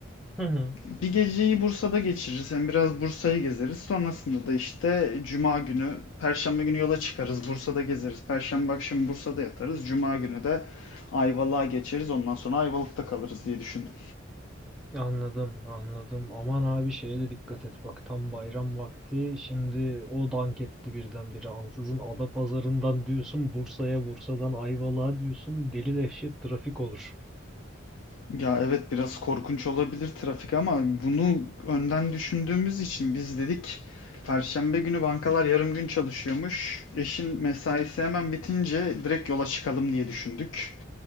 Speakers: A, in the centre; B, on the left.
A: Hı hı.
B: Bir geceyi Bursa'da geçiririz. Hem biraz Bursa'yı gezeriz. Sonrasında da işte Cuma günü, Perşembe günü yola çıkarız. Bursa'da gezeriz. Perşembe akşamı Bursa'da yatarız. Cuma günü de Ayvalık'a geçeriz. Ondan sonra Ayvalık'ta kalırız diye düşündüm.
A: Anladım, anladım. Aman abi şeye de dikkat et bak tam bayram vakti. Şimdi o dank etti birdenbire. Ansızın Adapazarı'ndan diyorsun Bursa'ya, Bursa'dan Ayvalık'a diyorsun. Deli dehşet trafik olur.
B: Ya evet biraz korkunç olabilir trafik ama bunu önden düşündüğümüz için biz dedik Perşembe günü bankalar yarım gün çalışıyormuş. Eşin mesaisi hemen bitince direkt yola çıkalım diye düşündük.